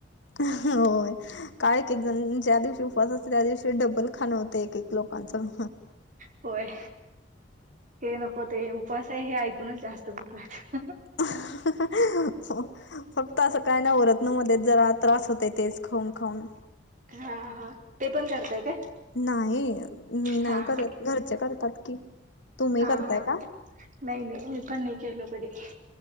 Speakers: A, on the left (about 75°); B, on the right (about 45°).
A: होय. काय एक-एक जण ज्या दिवशी उपवास असतो त्या दिवशी डब्बल खाणं होत ते एक-एक लोकांचं.
B: होय. हे नको ते, उपवासा आहे हे ऐकूनच जास्त भूक लागत्या.
A: हो. फक्त असं काय नाही उरतं ना मध्ये, जरा त्रास होतोय तेच खाऊन-खाऊन.
B: हा-हा ते पण करताय काय?
A: नाही, मी नाही
B: हा
A: करत. घरचे करतात की. तुम्ही
B: हा-हा,
A: करताय का
B: नाही-नाही मी पण नाही केलो कधी.